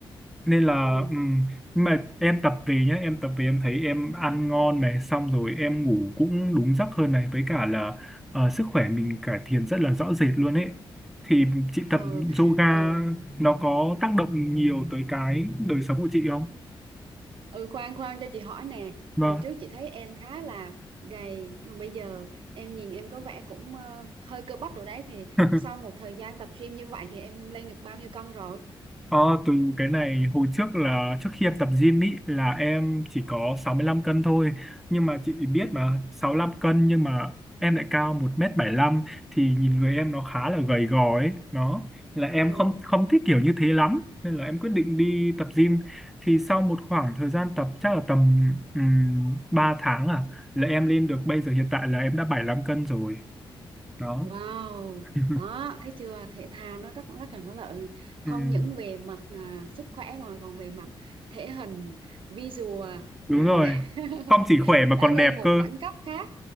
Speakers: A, in the centre; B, on the right.
A: nên là
B: ừ
A: ừm, nhưng mà em tập về nhá em tập về em thấy em ăn ngon này xong rồi em ngủ cũng đúng giấc hơn này với cả là ờ, sức khỏe mình cải thiện rất là rõ rệt luôn ấy thì chị
B: ừ
A: tập yoga
B: ừ
A: nó có tác động nhiều tới cái đời sống của chị không
B: ừ khoan khoan cho chị hỏi nè
A: vâng
B: hồi trước chị thấy em khá là gầy nhưng mà bây giờ em nhìn em có vẻ cũng ờ, hơi cơ bắp rồi đấy thì
A: <laughs>
B: sau một thời gian tập gym như vậy thì em lên được bao nhiêu cân rồi
A: Ờ, từ cái này hồi trước là trước khi em tập gym ý là em chỉ có 65 cân thôi nhưng mà chị biết
B: ừ
A: mà 65 cân nhưng mà em lại cao 1 m lăm thì nhìn người em nó khá là gầy gò ấy nó là em
B: ừ
A: không không thích kiểu như thế lắm nên là em quyết định đi tập gym thì sau một khoảng thời gian tập chắc là tầm um, 3 tháng à là em lên được bây giờ hiện tại là em đã bảy lăm cân rồi đó
B: Wow,
A: <laughs>
B: đó thấy chưa? Thể thao nó rất rất là có lợi không
A: Ừm,
B: những về mặt à, sức khỏe mà còn về mặt thể hình, visual
A: đúng
B: ờ,
A: rồi
B: <laughs>
A: không chỉ khỏe mà
B: đã
A: còn
B: lên
A: đẹp
B: một
A: cơ
B: đẳng cấp khác.